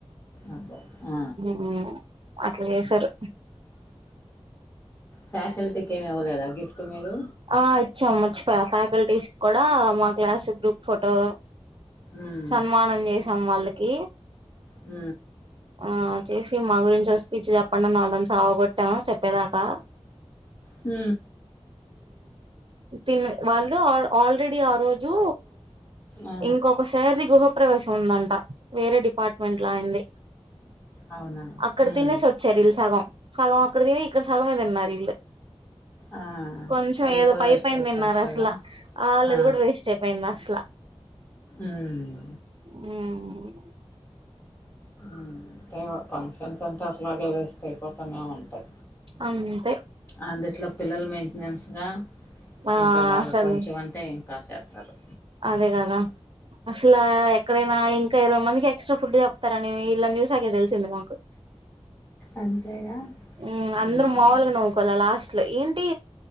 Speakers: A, on the left; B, on the right.
A: అబ్బా ఆ
B: ఉ అట్లా చేసారు
A: ఫ్యాకల్టీకి ఏమి ఇవ్వలేదా గిఫ్ట్ మీరు
B: ఆ ఇచ్చాము మర్చిపోయ ఫ్యాకల్టీస్ కూడా మా క్లాస్ గ్రూప్ ఫోటో
A: ఉమ్
B: సన్మానం చేసాం వాళ్ళకి
A: ఉ
B: ఆ చేసి మా గురించి వసి స్పీచ్చి చెప్పండి వాళ్ళని సావ కొట్టాము చెప్పేదాకా
A: ఉ
B: ఉ తిన్ వాళ్ళు ఆల్రెడీ ఆ రోజు
A: ఆ
B: ఇంకొకసారిది గుహపవేశం ఉందంట వేరే డిపార్ట్మెంట్ లో అయింది
A: అవునా
B: అక్కడ
A: ఉమ్
B: తినేసి వచ్చారు ఇల్లు సగం సగం అక్కడ తినని ఇక్కడ సగం తిన్నారు ఇల్లు
A: ఆ
B: కొంచెం
A: అవి
B: ఏదో
A: కూడా
B: పై
A: వేస్ట్
B: పయిన
A: అయిపోతాయిగా
B: తిన్నారు అసలు ఆళ్ళది
A: ఆ
B: కూడా వేస్ట్ అయి విన్ దస్లా
A: ఉమ్
B: ఉమ్
A: ఉమ్ అంటే ఫంక్షన్స్ అంటే అట్లాగే వేస్ట్ అయిపోతానే ఉంటాయి
B: అంతే
A: అందుట్లో పిల్లలు మెయింటెనెన్స్ గా
B: ఆ
A: ఇంకా బాగా
B: అసలు
A: కొంచెం అంత అంటే ఇంకా చేత్తరు
B: అదే గదా అసలు ఎక్కడైనా ఇంకా ఇరవై మందికి ఎక్స్ట్రా ఫుడ్ చెప్తారని ఇళ్ననీ చూసాకే తెలిసింది మాకు
A: అంతేగా
B: ఉమ్ అందరు
A: ఉమ్
B: మాములుగా నవ్వుకోవాలే లాస్ట్ లో ఏంటి